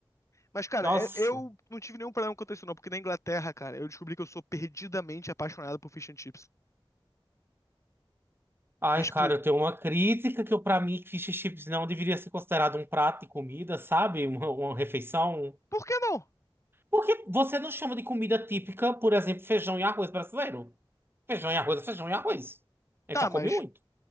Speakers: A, on the left (about 30°); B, on the right (about 25°).
A: Mas, cara,
B: Nossa.
A: é- eu não tive nenhum problema com isso, não, porque na Inglaterra, cara, eu descobri que eu sou perdidamente apaixonado por fish and chips.
B: Ai,
A: Mas, tipo,
B: cara, eu tenho uma crítica que eu, pra mim, fish and chips não deveria ser considerado um prato de comida, sabe? Uma, uma refeição.
A: por que não?
B: Porque você não chama de comida típica, por exemplo, feijão e arroz brasileiro? Feijão e arroz é feijão e arroz. A
A: Tá,
B: gente só come
A: mas.
B: muito.